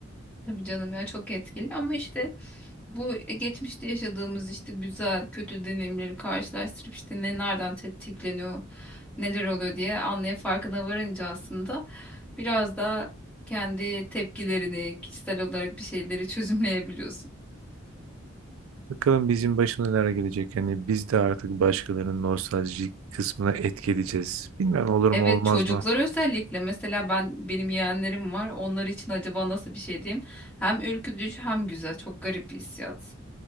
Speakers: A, in the centre; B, on the right (about 85°).
A: Tabii canım ya çok etkili ama işte bu e, geçmişte yaşadığımız işte güzel kötü deneyimleri karşılaştırıp işte ne nereden tetikleniyor neler oluyor diye anlaya farkına varınca aslında biraz daha kendi tepkilerini kişisel olarak bir şeyleri <laughs> çözümleyebiliyorsun.
B: Bakalım bizim başımıza neler gelecek. Yani biz de artık başkalarının nostaljik kısmına etki edeceğiz. Bilmem olur
A: Evet
B: mu olmaz
A: çocuklar
B: mı?
A: özellikle mesela ben benim yeğenlerim var onlar için acaba nasıl bir şey diyeyim hem ürkütücü hem güzel çok garip bir hissiyat.